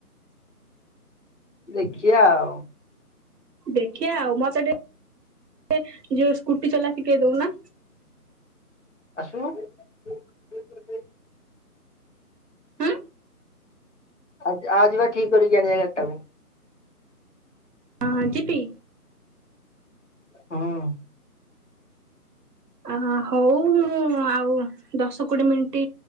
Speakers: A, on the left; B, on the right.
A: ଦେଖିଆ ଆଉ।
B: ଦେଖିଆ ଆଉ ମତେ ଟି କେ ଯୋଉ ସ୍କୁଟି ଚଲା ଶିିଖେଇ ଦଉନା।
A: ଆସୁନୁ।
B: ହୁଁ
A: ଆ ଆ ଯିବା ଠିକ୍‌ କରିକି ଆଣିିବା ଏଇ ଗାଡ଼ ଟାକୁ।
B: ହଁ ଯିବି।
A: ହଁ।
B: ଅ ହଉ ମୁଁ ଆଉ ଦଶ କୋଡ଼ିଏ ମିନିଟ୍